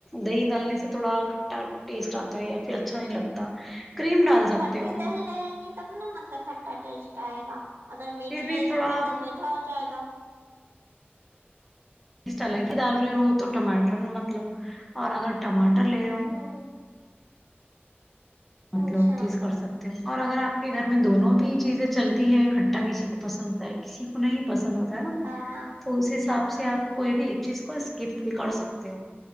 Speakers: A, in the centre; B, on the right (about 75°).
A: دہی ڈالنے سے تھوڑا کھٹا ٹیسٹ آتا ہے یا پھر اچھا نہیں لگتا کریم ڈال
B: تو
A: سکتے
B: کھٹی
A: ہو
B: دہی رہے گی تب نا مطلب کھٹا ٹیسٹ آئے گا اگر
A: پھر
B: میٹھی
A: بھی
B: رہے
A: تھوڑا
B: تو پھر تو میٹھا ہو جائے گا
A: پیسٹ الگ ہی ڈال رہے ہو تو ٹماٹر مت لو اور اگر ٹماٹر لے رہے ہو
B: ہوں
A: مطلب
B: اچھا
A: ٹیسٹ کر سکتے اور اگر آپ کے گھر میں دونوں بھی چیزیں چلتی ہے کھٹا کسی کو پسند کا ہے کسی کو نہیں پسند ہوتا ہے نا
B: ہاں ہاں
A: تو اس حساب
B: ہوں
A: سے
B: ہوں
A: آپ کوئی بھی چیز کو اسکپ بھی کر سکتے ہو